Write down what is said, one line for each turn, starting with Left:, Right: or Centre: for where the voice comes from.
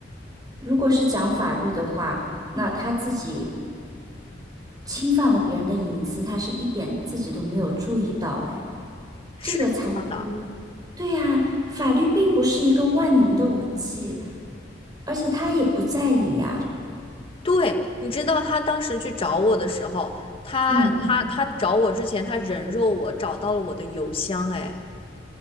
Right: 如果是讲法律的话，那他自己侵犯了别人的隐私，他是一点自己都没有注意到，哎，
Left: 是这样的。
Right: 这个才是，对呀，法律并不是一个万能的武器，而且他也不在理呀。
Left: 对，你知道他当时去找我的时候，他他他找我之前，
Right: 嗯。
Left: 他人肉我，找到了我的邮箱。哎，